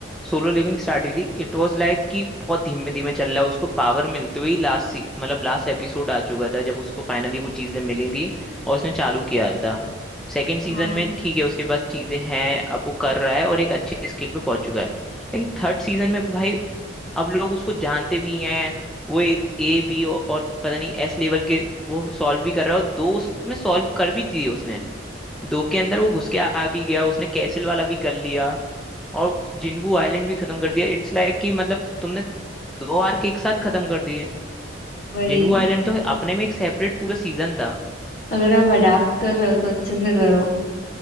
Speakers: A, in the centre; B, on the left.
A: सोलो लिविंग स्टार्ट हुई थी इट वाज लाइक कि बहुत धीमे धीमे चल रहा है उसको पावर मिलते हुए ही लास्ट मतलब लास्ट एपिसोड आ चुका था जब उसको फाइनली वो चीजें मिली थी और उसने चालू किया था सेकंड सीजन
B: हाँ
A: में ठीक है उसके पास चीजें हैं अब वो कर रहा है और एक अच्छे स्किल पे पहुंच चुका है लेकिन थर्ड सीजन में भाई अब लोग उसको जानते भी हैं वो एक ए बी औ- और पता नहीं एस लेवल के वो सॉल्व भी कर रहा है और दो उसमें सॉल्व कर भी दिए उसने दो के अंदर वो घुस के आ भी गया उसने कैसल वाला भी कर लिया और जिन्बू आइलैंड भी खत्म कर दिया इट्स लाइक कि मतलब तुमने दो आर्क एक साथ खत्म कर दिए
B: वही
A: जिन्बू आइलैंड तो अपने में एक सेपरेट पूरा सीजन था
B: अगर आप अडाप्ट कर रहे हो तो अच्छे से करो